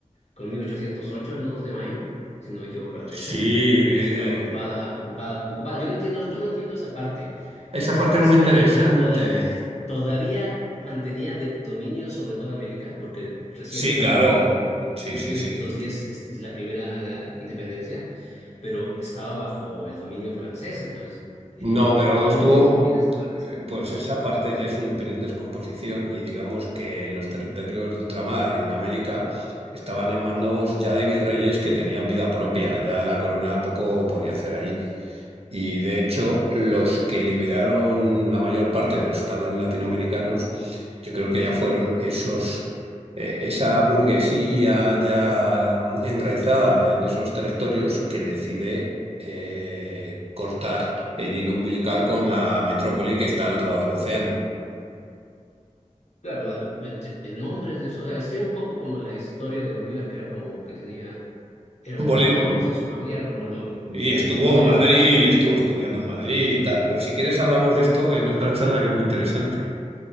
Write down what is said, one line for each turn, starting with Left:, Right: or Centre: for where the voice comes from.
Left: con 1808, el 2 de mayo, si no me equivoco la
Right: Sí,
Left: fecha,
Right: eh,
Left: que estaba ocupada, ocupada, ocupada. Yo no entiendo, yo no entiendo esa parte.
Right: esa
Left: Ese,
Right: parte es
Left: España
Right: muy interesante.
Left: toda, toda, todavía mantenía de- dominio sobre toda América, porque recién
Right: Sí,
Left: en
Right: claro.
Left: 1810
Right: Sí, sí, sí.
Left: es, es la primera independencia, pero estaba bajo el dominio francés, entonces
Right: No,
Left: eh,
Right: pero
Left: yo
Right: estuvo.
Left: no entiendo muy bien esa parte.
Right: Eh, Pues esa parte ya es un imperio en descomposición y digamos que los territorios de ultramar en América estaban en manos ya de virreyes que tenían vida propia, ya la corona poco podía hacer ahí. Y de hecho, los que liberaron la mayor parte de los estados latinoamericanos, yo creo que ya fueron esos, eh, esa burguesía ya mm, enraizada en esos territorios que decide eh, cortar el hilo umbilical con la metrópoli que está al otro lado del océano.
Left: Claro, bueno, ent- de nombres de eso, o sea, sé un poco como la historia de Bolívar, que era como que tenía Era un
Right: Boli-
Left: noble, o sea, su familia era como noble.
Right: y estuvo
Left: Noble
Right: en Madrid,
Left: allá.
Right: y estuvo estudiando en Madrid
Left: Ujú.
Right: y tal, pero si quieres hablamos de esto en otra charla que es muy interesante.